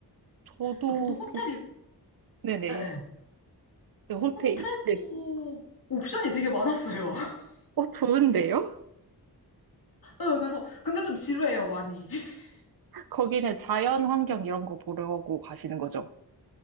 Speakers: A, on the right; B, on the left.
A: 저도
B: 그래서 보통 호텔이,
A: 북, 네네.
B: 예, 예.
A: 네, 호텔이.
B: 호텔도
A: 네.
B: 옵션이 되게 많았어요. <laughs>
A: 어, 좋은데요?
B: 예, 그래서, 근데 좀 지루해요, 많이. <laughs>
A: 거기는 자연 환경 이런 거 보려고 가시는 거죠?